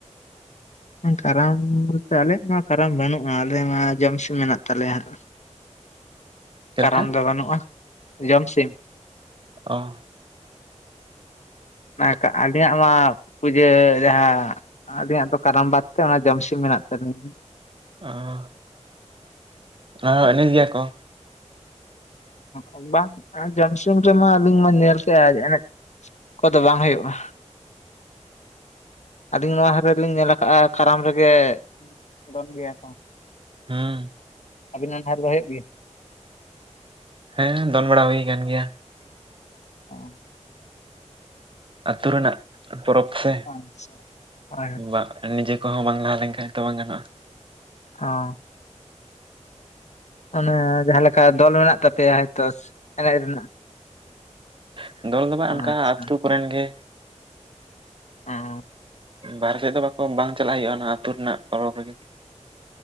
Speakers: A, on the left; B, on the right.
A: ᱠᱟᱨᱟᱢ ᱵᱚᱞᱛᱮ ᱟᱞᱮᱭᱟᱜ ᱢᱟ ᱠᱟᱨᱟᱢ ᱵᱟᱹᱱᱩᱜᱼᱟ ᱟᱞᱮ ᱢᱟ ᱡᱚᱢ ᱥᱚᱢ ᱢᱮᱱᱟᱜ ᱛᱟᱞᱮᱭᱟ ᱦᱟᱸᱜ᱾
B: ᱪᱮᱫ
A: ᱠᱟᱨᱟᱢ
B: ᱞᱮᱠᱟ
A: ᱫᱚ ᱵᱟᱹᱱᱩᱜᱼᱟ, ᱡᱚᱢ ᱥᱤᱢ
B: ᱚ᱾
A: ᱚᱱᱟ ᱟᱞᱮᱭᱟᱜ ᱢᱟ ᱯᱩᱡᱟᱹ ᱡᱟᱦᱟᱸ ᱟᱞᱮᱭᱟᱜ ᱫᱚ ᱠᱟᱨᱟᱢ ᱵᱟᱫᱽ ᱛᱮ ᱚᱱᱟ ᱡᱚᱢ ᱥᱤᱢ ᱢᱮᱱᱟᱜ ᱛᱟᱹᱞᱤᱧᱟ᱾
B: ᱚᱸ ᱾ ᱟᱸ ᱮᱱᱮᱡ ᱜᱮᱭᱟ ᱠᱚ ᱾
A: ᱚ ᱵᱟᱝ ᱡᱚᱝ ᱥᱚᱢ ᱨᱮᱢᱟ ᱟᱹᱞᱤᱧ ᱢᱟ ᱧᱮᱞ ᱠᱮᱜᱼᱟ ᱮᱱᱮᱡ ᱠᱚᱫᱚ ᱵᱟᱝ ᱦᱩᱭᱩᱜᱼᱟ ᱟᱹᱞᱤᱧ ᱱᱚᱣᱟ ᱦᱟᱨᱮ ᱨᱮ ᱞᱤᱝ ᱠᱟᱜᱼᱟ ᱠᱟᱨᱟᱢ ᱨᱮᱜᱮ ᱫᱚᱱ ᱜᱮᱭᱟ ᱠᱚ᱾
B: ᱦᱩᱸ
A: ᱟᱵᱤᱱᱟᱜ ᱜᱷᱟᱰ ᱨᱮ ᱦᱩᱭᱩᱜ ᱜᱮ?
B: ᱦᱮᱸ ᱫᱚᱱ ᱵᱟᱲᱟ ᱦᱩᱭ ᱠᱟᱱ ᱜᱮᱭᱟ᱾
A: ᱚ᱾
B: ᱟᱹᱛᱩ ᱨᱮᱱᱟᱜ ᱯᱚᱨᱚᱵᱽ ᱥᱮ
A: ᱟᱪᱪᱷᱟ ᱦᱳᱭ ᱦᱳᱭ
B: ᱵᱟ ᱱᱤᱡᱮ ᱠᱚᱦᱚᱸ ᱵᱟᱝ ᱞᱟᱦᱟ ᱞᱮᱱᱠᱷᱟᱱ ᱛᱚ ᱵᱟᱝ ᱜᱟᱱᱚᱜᱼᱟ
A: ᱚᱸ᱾ ᱛᱟᱞᱮ ᱡᱟᱦᱟᱸ ᱞᱟᱠᱟ ᱫᱚᱞ ᱢᱮᱱᱟᱜ ᱛᱟᱯᱮᱭᱟ ᱦᱚᱭᱛᱚ ᱮᱱᱮᱡ ᱨᱮᱱᱟᱜ ᱾
B: ᱦᱩᱸ ᱫᱚᱞ ᱫᱚ ᱦᱟᱸᱜ ᱚᱱᱠᱟ
A: ᱟᱪᱪᱷᱟ
B: ᱟᱹᱛᱩ ᱠᱚᱨᱮᱱ ᱜᱮ᱾
A: ᱚᱸ,
B: ᱵᱟᱦᱨᱮ ᱥᱮᱫ ᱫᱚ ᱵᱟᱠᱚ ᱵᱟᱝ ᱪᱟᱞᱟᱜ ᱦᱩᱭᱩᱜᱼᱟ ᱚᱱᱟ ᱟᱹᱛᱩ ᱨᱮᱱᱟᱜ ᱯᱚᱨᱚᱵᱽ ᱨᱮᱜᱮ᱾